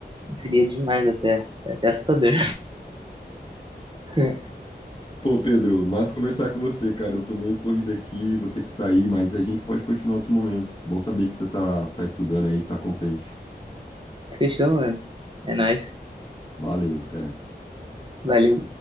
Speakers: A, on the right; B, on the left.
A: seria demais até. É até assustador. <laughs>
B: Pô, Pedro, mas conversar com você, cara. Eu tô meio corrido aqui, vou ter que sair, mas a gente pode continuar outro momento. Bom saber que você tá, tá estudando aí, tá contente.
A: Fechou, mano. É nóis.
B: Valeu, até.
A: Valeu.